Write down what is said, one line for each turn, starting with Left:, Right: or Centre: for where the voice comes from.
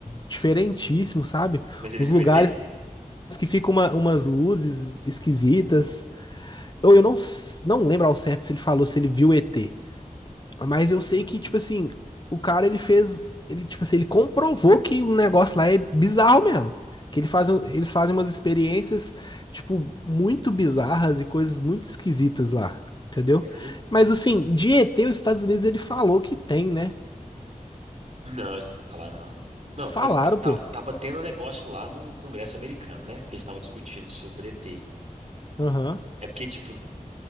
Left: diferentíssimos, sabe?
Right: Mas ele
Left: Uns
Right: viu
Left: lugares
Right: ET?
Left: que ficam uma- umas luzes esquisitas. Eu, eu não, s- não lembro ao certo se ele falou se ele viu ET, mas eu sei que, tipo assim, o cara ele fez. Ele, tipo assim, ele comprovou que o negócio lá é bizarro mesmo. Que ele faz, um- eles fazem umas experiências, tipo, muito bizarras e coisas muito esquisitas lá, entendeu?
Right: Sério?
Left: Mas assim, de ET, os Estados Unidos ele falou que tem, né?
Right: Não, eles não falaram, não. Não,
Left: Falaram,
Right: tava, tava,
Left: pô.
Right: tava tendo um negócio lá no Congresso americano, né? Que eles estavam discutindo sobre E t
Left: Aham.
Right: É porque, tipo,